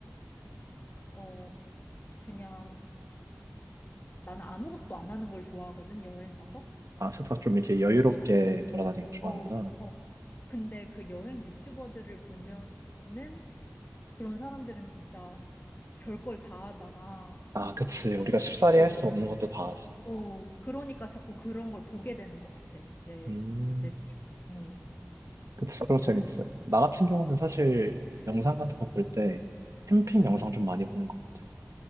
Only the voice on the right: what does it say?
아, 살짝 좀 이렇게 여유롭게 돌아다니는 거 좋아하는구나.
아, 그치. 우리가 쉽사리
할 수 없는 것도 다 하지.
음,
그치. 그럼
재밌지. 나 같은 경우는 사실 영상 같은
거 볼 때 캠핑
영상 좀 많이 보는 것 같아.